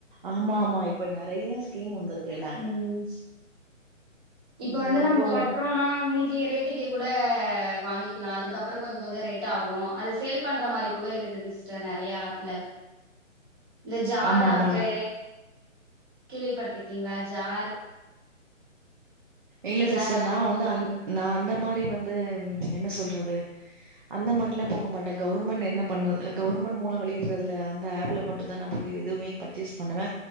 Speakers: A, on the right; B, on the right.
A: ஆமா ஆமா இப்ப நெறைய ஸ்கீம் வந்துருக்கு என்ன
B: ம் இப்ப
A: ம்
B: வந்து நம்ம
A: இப்போ
B: கட்றோனா இன்னி னிக்கு ரேட்டுக்கு கூட வாங்கிக்கலா அதுக்கப்றோ கொஞ்சோ கொஞ்சோ ரேட் ஆகு அது சேல் பண்ற மாரி கூட இருக்குது சி நெறைய ஆப்ல இந்த ஜார்
A: ஆமா
B: ஆப்பு
A: ஆமா நா
B: கேள்விப்பட்ருக்கீங்களா ஜார்
A: இல்ல
B: ஜார்
A: சிஸ்டர்
B: ஆப்புன்னு
A: நா வந்து
B: சொல்லிட்டு
A: அந் நா அந்த மாரி வந்து என்ன சொல்றது அந்த மாரிலா போக மாட்டே கவர்மெண்ட் என்ன பண்ணு கவர்மெண்ட் மூலோ வெளியிடறதுல அந்த ஆப்ல மட் ட்டுதான் நா போய் எதுவுமே பர்ச்சேஸ் பண்ணுவ